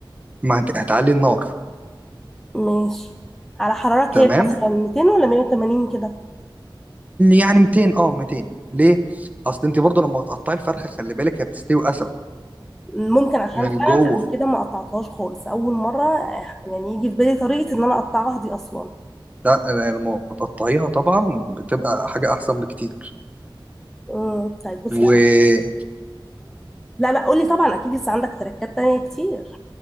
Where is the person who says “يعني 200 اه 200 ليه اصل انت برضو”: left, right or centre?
Right